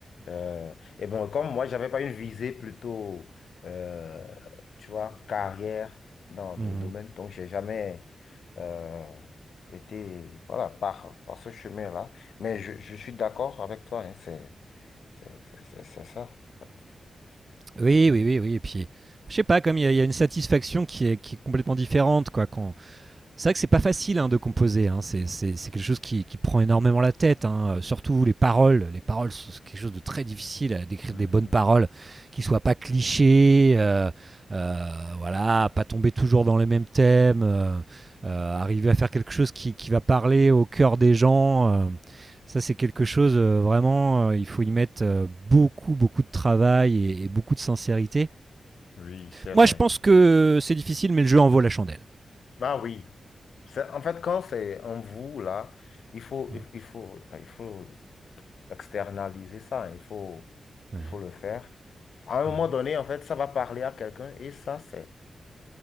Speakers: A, on the left; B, on the right.
A: Euh, et bon, comme moi, j'avais pas une visée plutôt, euh, tu vois, carrière dans le
B: Mmh.
A: domaine, donc j'ai jamais euh, été, voilà, par, par ce chemin-là. Mais je, je suis d'accord avec toi, hein, c'est, c'est, c'est, c'est c'est ça, en fait.
B: Oui, oui, oui, oui. Et puis, je sais pas, comme il y, a- y a une satisfaction qui est, qui est complètement différente, quoi, quand, C'est vrai que c'est pas facile hein, de composer. hein. C'est, c'est- c'est quelque chose qui, qui prend énormément la tête. hein. Euh, Surtout les paroles. Les paroles, c'est quelque chose de très difficile à d'écrire
A: Mhm.
B: des bonnes paroles qui soient pas clichés. euh, euh, voilà, pas tomber toujours dans les mêmes thèmes. euh, euh, arriver à faire quelque chose qui, qui va parler au cœur des gens. euh, ça, c'est quelque chose euh, vraiment. euh, il faut y mettre euh, beaucoup, beaucoup de travail et, et beaucoup de sincérité.
A: Oui, c'est
B: Moi,
A: vrai.
B: je pense que c'est difficile, mais le jeu en vaut la chandelle.
A: Bah oui. C'est- En fait, quand c'est en vous, là, il faut,
B: Mmh.
A: il, faut, il faut, bah, il faut externaliser ça. hein. Il faut,
B: Ouais.
A: il faut le faire. À un moment
B: Mhm.
A: donné, en fait, ça va parler à quelqu'un et ça, c'est,